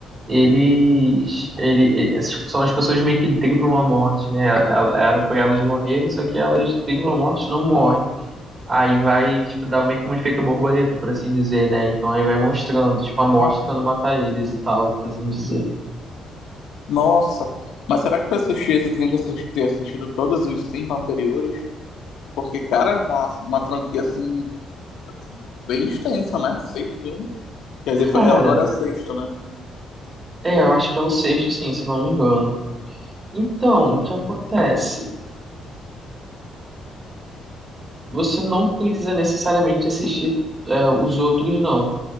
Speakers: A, on the right; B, on the left.
A: Eles, ele, essas são as pessoas meio que driblam a morte, né? Ela- Eram pra elas morrerem, só que elas driblam a morte, não morrem. Aí vai, tipo, dar meio que um efeito borboleta, por assim dizer, né? Então aí vai mostrando, tipo, a morte
B: Ah,
A: tentando matar eles e tal, por assim dizer.
B: Nossa, mas será que pra assistir esse eu tenho que assistir, ter assistido todos os cinco anteriores? Porque, cara, é uma, uma franquia assim assim, bem extenso, né? Seis filmes. Quer dizer,
A: Cara,
B: foi- é, agora é o sexto, né?
A: é, eu acho que é o sexto, sim, se não me engano. Então, o que acontece? Você não precisa necessariamente assistir, é, os outros, não.